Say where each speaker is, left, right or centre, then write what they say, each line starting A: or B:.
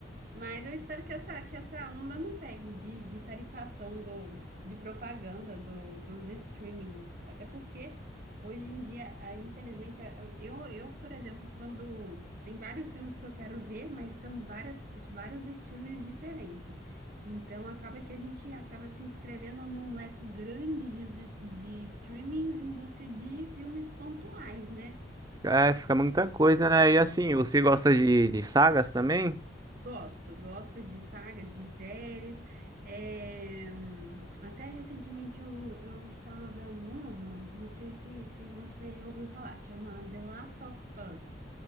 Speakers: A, on the right (about 45°); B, on the right (about 20°).
A: Mas eu espero que essa, que essa onda não pegue de, de tarifação do, de propaganda do, dos streamings. Até porque hoje em dia, ah, infelizmente, ah, eu, eu, por exemplo, quando tem vários filmes que eu quero ver, mas são várias, vários streamings diferentes. Então acaba que a gente acaba se inscrevendo num leque grande de, de streamings em busca de filmes pontuais, né?
B: É, fica muita coisa, né? E assim, você gosta de, de sagas também?
A: Gosto, gosto de sagas, de séries. É, hum, até recentemente eu, eu estava vendo uma, não sei se, se você ouviu falar, chama The Last of Us.